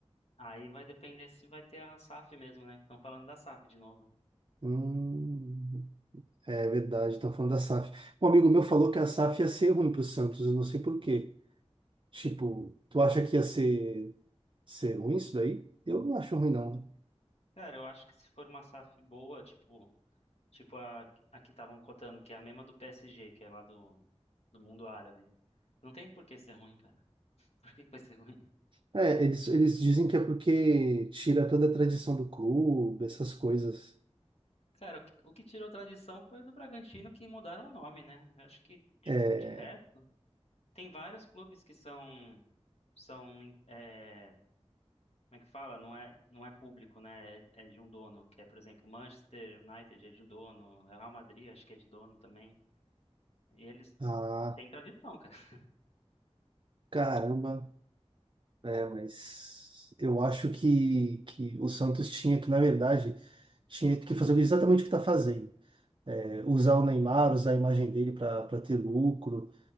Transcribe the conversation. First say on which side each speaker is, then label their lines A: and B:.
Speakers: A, on the left; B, on the right.
A: Aí vai depender se vai ter a SAF mesmo, né? Estão falando da SAF de novo.
B: Hum, é verdade, estão falando da SAF. Um amigo meu falou que a SAF ia ser ruim pro Santos, eu não sei por quê. Tipo, tu acha que ia ser, ser ruim isso daí? Eu não acho ruim, não.
A: Cara, eu acho que se for uma SAF boa, tipo, tipo a, a que estavam cotando, que é a mesma do PSG, que é lá do, do mundo árabe. Não tem por que ser ruim, cara. <laughs> Por que que vai ser ruim?
B: É, eles, eles dizem que é porque tira toda a tradição do clube, essas coisas.
A: Cara, o que, o que tirou tradição foi do Bragantino que mudaram o nome, né? Eu acho que de,
B: É,
A: de resto, tem vários clubes que são, são é, Como é que fala? Não é, não é público, né? É, é de um dono, que é, por exemplo, Manchester United é de um dono, é o Real Madrid, acho que é de dono também. E eles
B: ah,
A: têm tradição, cara. <laughs>
B: caramba. É, mas eu acho que, que o Santos tinha que, na verdade, tinha que fazer exatamente o que está fazendo. É, usar o Neymar, usar a imagem dele para ter lucro.